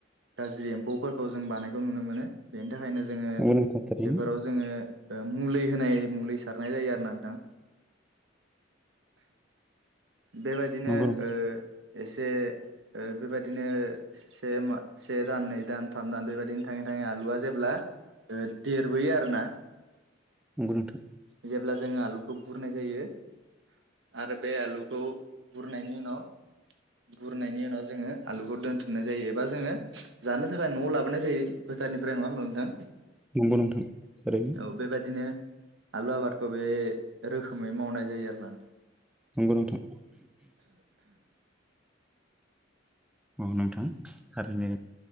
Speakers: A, on the right; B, in the centre.
A: गाज्रि एम्फौफोरखौ जों बानायखौ नुनो मोनो बेनि थाखाय बेनि थाखायनो जोङो
B: नंगौ नोंथां थारैनो नंगौ नोंथां थारैनो
A: बेफोराव जोङो मुलि होनाय मुलि सारनाय जायो आरो ना नोंथां बेबायदिनो
B: नंगौ
A: एसे बेबायदिनो से से दान नै दान थाम दान बेबायदिनो थाङै थाङै आलुआ जेब्ला देरबोयो आरो ना
B: नंगौ नोंथां
A: जेब्ला जोङो आलुखौ बुरनाय जायो आरो बे आलुखौ बुरनायनि उनाव बुरनायनि उनाव जोङो आलुखौ दोनथुमनाय जायो एबा जोङो जानो थाखाय न'आव लाबोनाय जायो फोथारनिफ्राय नङा होनबा नोंथां
B: नंगौ नोंथां थारैनो
A: औ बेबायादिनो आलु आबादखौ बे रोखोमै मावनाय जायो आरो ना नोंथां
B: नंगौ नोंथां औ नोंथां थारैनो